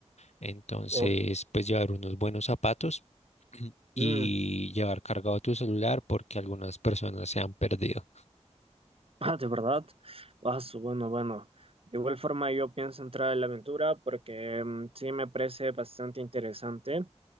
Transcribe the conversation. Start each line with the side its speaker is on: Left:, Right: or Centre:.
Left: entonces,
Right: Oh,
Left: pues llevar unos buenos zapatos <clears throat> y
Right: mm, <laughs>
Left: llevar cargado tu celular porque algunas personas se han perdido.
Right: Ah, de verdad. Ah, su- bueno, bueno. De igual forma, yo pienso entrar en la aventura porque mm, sí me parece bastante interesante.